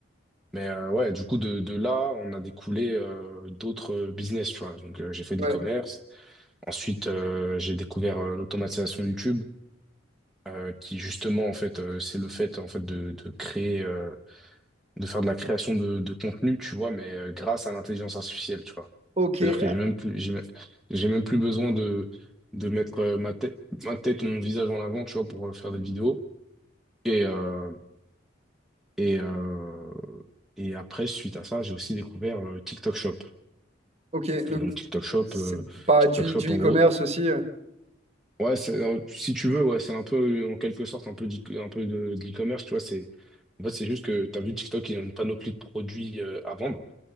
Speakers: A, in the centre; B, on the right (about 30°).
A: Mais euh, ouais, du coup, de, de là, on a découlé euh, d'autres business, tu vois. Donc, euh, j'ai fait de
B: ouais.
A: l'e-commerce. Ensuite, euh, j'ai découvert euh, l'automatisation YouTube, euh, qui justement, en fait, euh, c'est le fait, en fait, de, de créer. euh, de faire de la création de, de contenu, tu vois, mais euh, grâce à l'intelligence artificielle, tu vois.
B: Ok,
A: C'est-à-dire que
B: ah,
A: j'ai même plus, j'ai, me- j'ai même plus besoin de, de mettre euh, ma tête, ma tête ou mon visage en avant, tu vois, pour euh, faire des vidéos. Et, euh, et, euh, et après, suite à ça, j'ai aussi découvert euh, TikTok Shop.
B: ok. Donc,
A: Et donc, TikTok Shop,
B: c'est
A: euh,
B: pas
A: TikTok
B: du,
A: Shop,
B: du
A: en
B: e-commerce
A: gros,
B: aussi. euh.
A: ouais, c'est, euh, si tu veux, ouais, c'est un peu, en quelque sorte, un peu, d'e- un peu de, de l'e-commerce, tu vois, c'est, en fait, c'est juste que tu as vu TikTok, ils ont une panoplie de produits euh, à vendre.